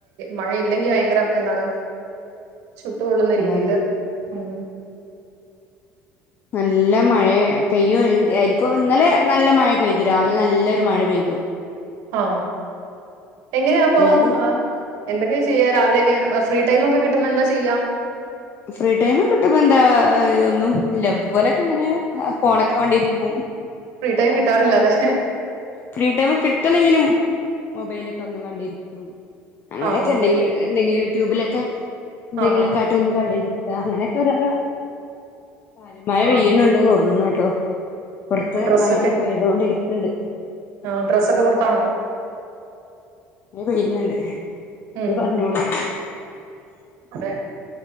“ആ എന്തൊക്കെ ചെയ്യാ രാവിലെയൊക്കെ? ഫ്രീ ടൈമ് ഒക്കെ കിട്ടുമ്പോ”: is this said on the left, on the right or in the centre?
Right